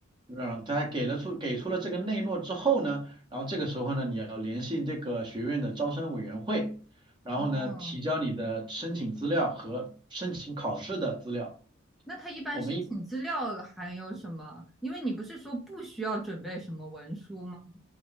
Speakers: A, on the right; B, in the centre.
A: 让他给了出给出了这个内诺之后呢，然后这个时候呢，你要联系这个学院的招生委员会，然后呢，
B: 哦，
A: 提交你的申请资料和申请考试的资料。
B: 那他一般申请资料还有什么？
A: 我们一
B: 因为你不是说不需要准备什么文书吗？